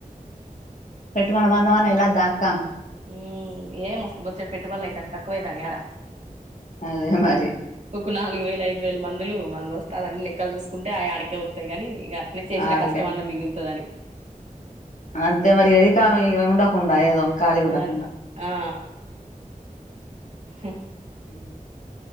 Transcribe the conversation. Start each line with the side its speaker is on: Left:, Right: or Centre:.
Left: పెట్టు బడి మందమన్న ఎల్లద్ధక్క.
Right: ఊ ఏ మస్థ్ బొచ్చడి పెట్టుబడులుు అయితాన్నాయ్ తక్కువైతానియరా,
Left: అదే మరి
Right: ఒక నాలుగు వేల ఐదు వేల మందులు మందు బస్తాలు అని లెక్కలు చూసుకుంటే ఆయి ఆడికే వాత్తయి కాని ఇక అట్నే చేసిన
Left: ఆడికే
Right: కష్టం అన్న మిగులుతదని
Left: అంతే మరి ఇగదికా ఆమె ఉండకుండా ఏదో ఖాళీ ఉండకుండా
Right: అద్ ఆ హు
Left: ఊ